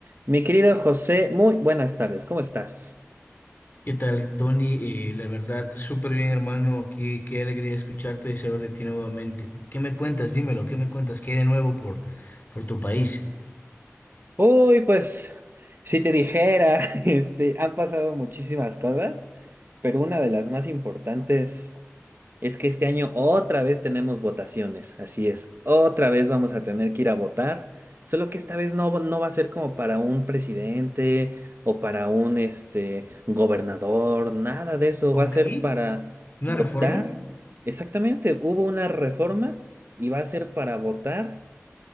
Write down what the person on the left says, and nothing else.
¿Qué tal, Tony? Eh, la verdad, súper bien, hermano. Aquí, qué alegría escucharte y saber de ti nuevamente. ¿Qué me cuentas? Dímelo, ¿qué me cuentas? ¿Qué hay de nuevo por, por tu país?
Ok,
una
reforma,